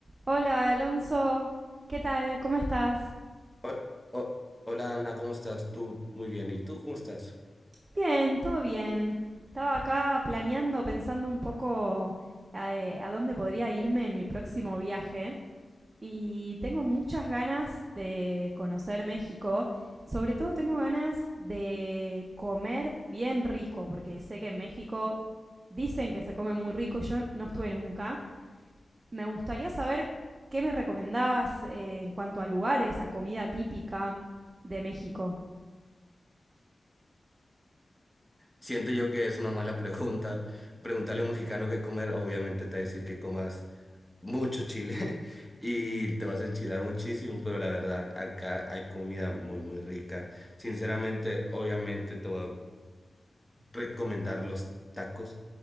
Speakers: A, on the right; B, in the centre.
A: Hola Alonso, ¿qué tal? ¿Cómo estás?
B: Ho- ho- Hola Ana, ¿cómo estás? Tú muy bien. ¿Y tú cómo estás?
A: Bien, todo bien. Estaba acá planeando, pensando un poco eh, a dónde podría irme en mi próximo viaje y tengo muchas ganas de conocer México. Sobre todo tengo ganas de comer bien rico, porque sé que en México dicen que se come muy rico y yo no estuve nunca. Me gustaría saber qué me recomendás eh, en cuanto a lugares, a comida típica de México.
B: Siento yo que es una mala <laughs> pregunta. Preguntarle a un mexicano qué comer, obviamente te va a decir que comas mucho chile <laughs> y te vas a enchilar muchísimo, pero la verdad, acá hay comida muy, muy rica. Sinceramente, obviamente te voy recomendar los tacos.